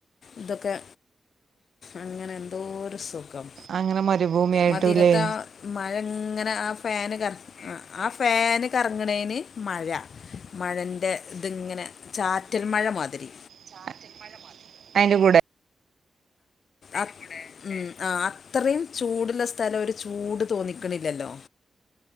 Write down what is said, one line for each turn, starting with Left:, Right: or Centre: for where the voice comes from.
Left: ഇതൊക്കെ അങ്ങനെ എന്തോരു സുഖോ ഖം.
Right: അങ്ങനെ മരുഭൂമിയായിട്ടൂല്ലേ
Left: മദീനാത്താ മഴ ഇങ്ങനെ ആ ഫാന് കറങ്ങ് ആ ഫാന് കറങ്ങാണെന് മഴ മഴൻ്റെ ഇതിങ്ങനെ ചാറ്റൽ മഴ മാതിരി
Right: ചാറ്റൽ മഴ മാതിരി അയിന്റെ കൂടെ.
Left: അ ഉ മ്മ് ആ അത്രേം ചൂടുള്ള സ്ഥലം ഒരു ചൂട് തോന്നിക്കണില്ലല്ലോ.